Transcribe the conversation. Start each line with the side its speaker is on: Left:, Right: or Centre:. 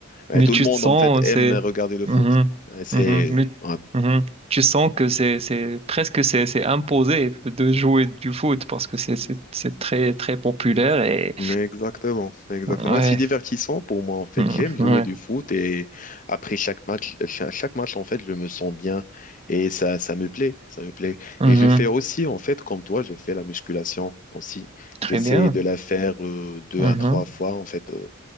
Left: Ouais,
Right: mais
Left: tout
Right: tu
Left: le monde,
Right: te sens
Left: en fait, aime
Right: c'est
Left: regarder le
Right: Mhm.
Left: foot. Ouais, c'est,
Right: Mhm. mais
Left: ouais.
Right: Mhm. tu sens que c'est c'est presque c'est c'est imposé de jouer du foot parce que c'est c'est c'est très très populaire et
Left: Exactement, exactement.
Right: ouais
Left: Et C'est divertissant pour moi, en fait.
Right: Mhm.
Left: J'aime jouer
Right: ouais
Left: du foot et après chaque match, cha- chaque match, en fait, je me sens bien et ça, ça me plaît, ça me plaît.
Right: Mhm.
Left: Et je fais aussi, en fait, comme toi, je fais la musculation aussi.
Right: très
Left: J'essaie
Right: bien
Left: de la faire euh, deux
Right: Mhm.
Left: à trois fois, en fait, euh,